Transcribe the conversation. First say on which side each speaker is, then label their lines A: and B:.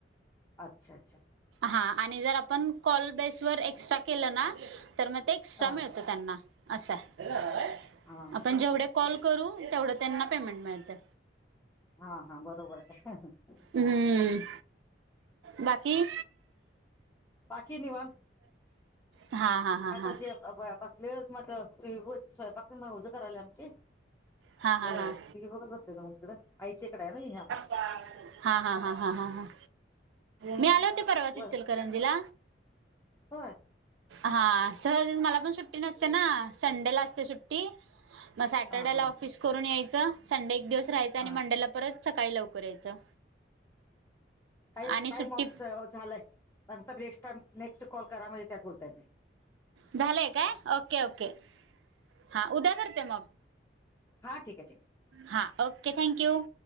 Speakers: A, on the left (about 15°); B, on the right (about 75°).
A: अच्छा अच्छा
B: हा आणि जर आपण कॉल बेस वर एक्स्ट्रा केलं ना तर मग ते- एक्स्ट्रा
A: हा
B: मिळत त्यांना अस आहे
A: हा
B: आपण जेवढे कॉल करू तेवढं त्यांना पेमेंट मिळतं
A: हा हा बरोबर आहे <inaudible>
B: हम बाकी
A: बाकी निवांत
B: हा हा हा
A: आता
B: हा
A: जेव. यापासले म तही स्वयंपाक मग उजं करायला आमचे
B: हा हा
A: अ
B: हा हा
A: टीव्ही बघत बसलेलो मग इकडं आईची इकडे आहे ना हहा
B: हा हा हा हा हा ह मी आले होते - परवाच
A: होय
B: इचलकरंजीला
A: होय
B: हा सहज मला पण सुट्टी नसते ना संडेला असते सुट्टी. मग सॅटर्डेला
A: हा
B: ला
A: हा
B: ऑफिस करून यायचं संडे एक दिवस राहायच आणि
A: हा
B: मंडे ला - परत सकाळी लवकर यायचं.
A: का
B: आणि
A: टाईम
B: सुट्टी
A: ऑफ झालाय नंतर नेक्स्ट टाइम नेक्स्ट कॉल करा म्हणजे त्यात बोलता येतं.
B: झालंय काय ओके ओके हा उद्या करते मग.
A: हा ठीक ये ठीक ये.
B: हा ओके थँक्यू.